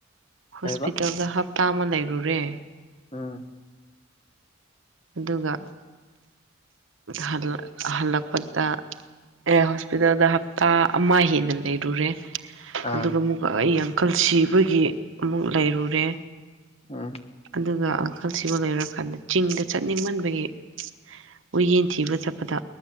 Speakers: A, on the right (about 70°); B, on the left (about 30°).
A: ꯍꯣꯁꯄꯤꯇꯥꯜꯗ
B: ꯀꯩꯕ
A: ꯍꯥꯞ ꯍꯥꯞꯇ ꯑꯃ ꯂꯩꯔꯨꯔꯦ
B: ꯎꯝ <inaudible>
A: ꯑꯗꯨꯒ ꯍꯜꯂꯛ ꯍꯜꯂꯛꯄꯗ ꯑꯦ ꯍꯣꯁꯄꯤꯇꯥꯜꯗ ꯍꯞꯇꯥ ꯑꯃ ꯍꯦꯟꯅ ꯂꯩꯔꯨꯔꯦ
B: ꯑꯥ
A: ꯑꯗꯨꯒ ꯑꯃꯨꯛꯀ ꯑꯩ ꯑꯪꯀꯜ ꯁꯤꯕꯒꯤ ꯑꯃꯨꯛ ꯂꯩꯔꯨꯔꯦ
B: ꯎꯝ <unintelligible>
A: ꯑꯗꯨꯒ ꯑꯪꯀꯜꯁꯤꯕ ꯂꯣꯏꯔꯀꯥꯟꯗ ꯆꯤꯡꯗ ꯆꯠꯅꯤꯡꯃꯟꯕꯒꯤ ꯎ ꯌꯦꯟ ꯊꯤꯕ ꯆꯠꯄꯗ